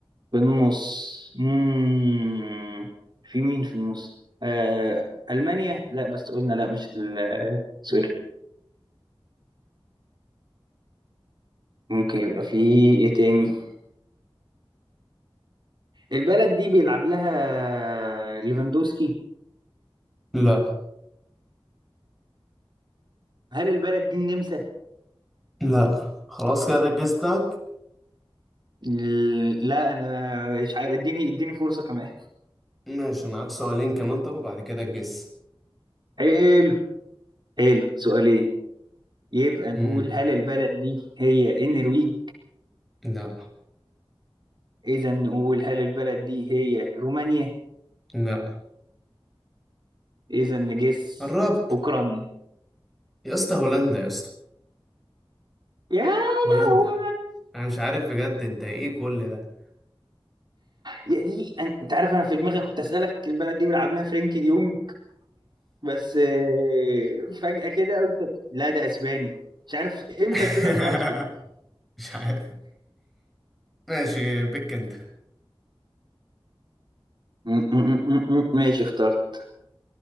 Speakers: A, on the right; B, in the centre.
A: في النص مم. في مين في النص آه ألمانيا لا بس قلنا لا مش ال- سوري ممكن يبقى في ايه تاني البلد دي بيلعب لها ليفاندوسكي
B: لا
A: هل البلد دي النمسا
B: لا خلاص كده ده الجس بتاعك
A: إيه، لا انا مش عارف اديني اديني فرصة كمان
B: ماشي معاك سؤالين كمان طب وبعد كده الجس
A: حلو حلو سؤالين يبقى نقول
B: مم.
A: هل البلد دي هي النرويج
B: لا
A: اذا نقول هل البلد دي هي رومانيا
B: لا
A: اذا نجس
B: قربت
A: اوكرانيا
B: يا اسطى هولندا يا اسطى
A: يا
B: هولندا
A: لهوي
B: انا مش عارف بجد انت ايه كل ده
A: يا دي أنا- انت عارف انا في دماغي كنت اسالك البلد دي بيلعب لها فرينكي ديونج بس آه، فجأة كده قلت لا ده اسباني مش عارف امتى
B: <laughs>
A: طلع ان هو اسباني
B: مش عارف ماشي بك انت
A: م- م- م- م- م- ماشي اخترت